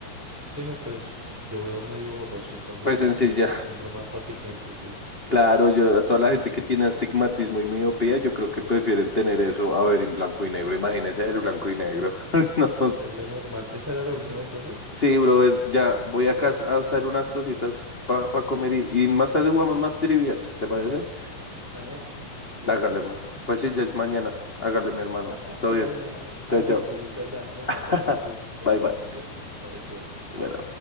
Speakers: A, in the centre; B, on the left (about 30°).
A: Sí, no, pues yo veo medio borroso, entonces
B: Pues
A: creo
B: sencilla.
A: que me acostumbro
B: <laughs>
A: más fácilmente, sí.
B: Claro, yo a toda la gente que tiene astigmatismo y miopía, yo creo que prefieren tener eso a ver en blanco y negro. Imagínese ver blanco y negro. <laughs> No,
A: Es, es lo normal. ¿Esa era la última entonces?
B: Sí, brother, ya voy acá a hacer unas cositas para comer y, y más tarde jugamos más trivias, ¿te parece?
A: Mañana. Cuídate.
B: Hágale, mi hermano. Pues sí, ya es mañana. Hágale, mi hermano.
A: <laughs>
B: Todo
A: Ya
B: bien.
A: es mañana. Ah,
B: Chao, chao.
A: sí, pues es verdad. No,
B: <laughs>
A: más tarde sí. Entiendo,
B: Bye, bye.
A: entiendo. Dale, cuídate.
B: Bueno.